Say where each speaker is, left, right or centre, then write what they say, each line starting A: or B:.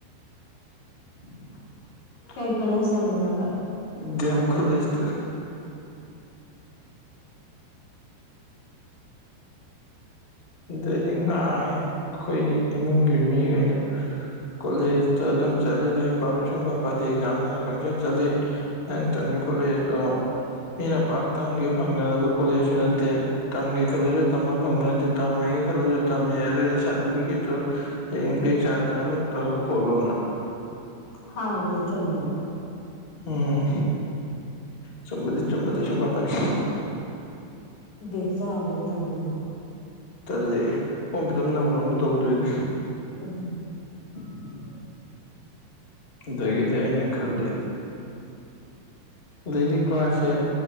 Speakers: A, on the left; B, on the left.
A: <inaudible>
B: ꯀꯩ ꯀꯣꯂꯦꯖ ꯇꯝꯃꯤꯅꯣꯕ
A: ꯗꯤ ꯑꯦꯝ ꯀꯣꯂꯦꯖꯇ ꯑꯩꯈꯣꯗꯤ ꯉꯥꯡꯉꯦ ꯑꯩꯈꯣꯏꯒꯤ ꯏꯃꯨꯡꯒꯤ ꯃꯤꯈꯩꯅ ꯀꯣꯂꯦꯖꯇ ꯑꯗꯨꯝ ꯆꯠꯂꯤ ꯂꯥꯏꯔꯤꯛ ꯄꯥꯕ ꯁꯨꯡꯄꯥ ꯄꯥꯗꯦ ꯑꯦꯛꯖꯥꯝꯅꯤꯅ ꯄꯪꯆꯠ ꯆꯠꯂꯤ ꯅꯪ ꯇꯝꯃꯤ ꯀꯣꯂꯦꯖꯇꯣ ꯃꯤꯅ ꯄꯥꯛ ꯇꯝꯒꯦ ꯐꯪꯅꯗꯕ ꯀꯣꯂꯦꯖꯁꯨ ꯅꯠꯇꯦ ꯇꯝꯒꯦ ꯈꯜꯂꯁꯨ ꯇꯝꯕ ꯐꯪꯕ ꯅꯠꯇꯦ ꯇꯝꯃꯣꯏꯒꯦ ꯈꯜꯂꯁꯨ ꯇꯝꯃꯦ ꯑꯗꯨꯗꯤ ꯁꯥꯔꯇꯤꯐꯤꯀꯦꯠꯇꯨ ꯍꯌꯦꯡ ꯕꯦꯛ ꯆꯥꯗꯅꯕ ꯇꯧ ꯈꯣꯠꯂꯣꯅ
B: ꯍꯗꯨ ꯆꯨꯝꯗ꯭ꯔꯣ
A: ꯎꯝ ꯆꯨꯝꯕꯗꯤ ꯆꯨꯝꯕ ꯁꯨꯡꯄꯥ ꯄꯥꯅꯤꯡ
B: ꯕꯦꯛ ꯆꯥꯕꯗꯨ ꯇꯟꯗ꯭ꯔꯣ
A: ꯇꯜꯂꯦ ꯐꯣꯝ ꯐꯤꯜ ꯑꯞ ꯅꯧꯅ ꯑꯃꯨꯛ ꯇꯧꯗꯣꯏꯅꯤ
B: ꯎꯝ ꯎꯝ
A: ꯑ <unintelligible> ꯑꯗꯒꯤꯗꯤ ꯑꯩꯅ ꯈꯜꯂꯤ ꯑꯗꯩꯗꯤ ꯀ꯭ꯂꯥꯁꯁꯦ